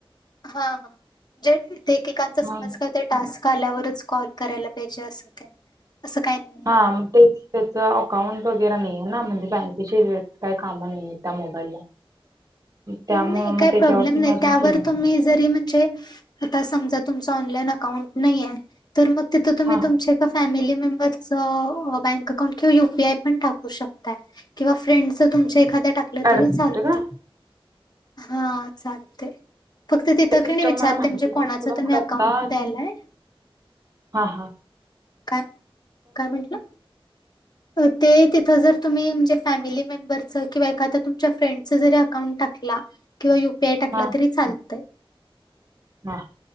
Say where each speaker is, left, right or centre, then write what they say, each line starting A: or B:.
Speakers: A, on the left (about 45°); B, on the right (about 40°).
A: हा हा जे ते एकेकांचा
B: मग
A: समज काय होतय टास्क आल्यावरच कॉल. करायला पाहिजे अस असं काही नाही.
B: हा मग तेच त्याच अकाउंट वगैरे नाही आहेे ना म्हणजे बँकेची काही कामं नाहीे त्या मोबाईलला. त्यामुळं
A: नाही
B: मग
A: काही
B: त्याच्यावरती
A: प्रॉब्लेम नाही
B: मी अजून
A: त्यावर
B: केलं नाही.
A: तुम्ही ज जरी म्हणजे आता समजा तुमचं ऑनलाईन अकाउंट नाहीय तरं मगं तिथं
B: हां, हां.
A: तुमचं फॅमिली मेंबरस बँक अकाउंट किंवा यु पी आय पण टाकू शकतात किंवा फ्रेंड तुमच्या एखाद्या टाकलं तरी
B: ऍड करते
A: चालत
B: का?
A: हा चालतय फक्त तिथं
B: सिस्टम
A: की नाही विचारते
B: मला माहिती
A: म्हणजे कोणाच
B: नव्हती थोडा
A: तुम्ही
B: कुठ
A: अकाउंट
B: आता
A: द्यायलाय
B: हा हा
A: काय काय म्हटला ते तिथं जर तुम्ही म्हणजे फॅमिली मेंबरचं किंवा एखाद्या तुमच्या फ्रेंडचं जरी अकाउंट टाकला किंवा युपीआय टाकला
B: हा
A: तरी चालतय
B: हा